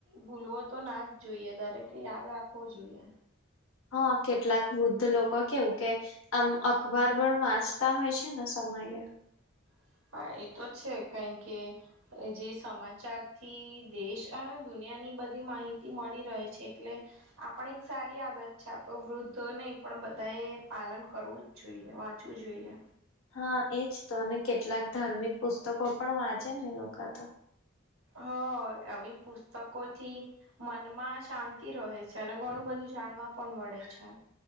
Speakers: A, on the right; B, on the left.
A: ભૂલવો તો ના જ જોઈએ દરેકે યાદ રાખવો જોઈએ.
B: હા કેટલાક વૃદ્ધ લોકો કેવું કે આમ અખબાર પણ વાંચતા હોય છે ને શ મયે.
A: <inaudible> હા એતો છે કઈ કે જે સમાચાર થી દેશ આલ દુનિયાની બધી માહિત તી મળી રહે છે એટલે આ પણ એક સારી આદત છે તો વૃદ્ધો નહી પણ બધા એ પા લન કરવું જ જોઈએ વાંચવું જોઈએ.
B: હા એજ તો અને કેટલાક ધાર્મિક પુસ્તકો પણ વાંચે ને એ લોકો તો
A: હ આવી પુસ્તકોથી મનમાં શાંતિ રહે છે અને ઘણું બધું જાણવા પણ મળે છે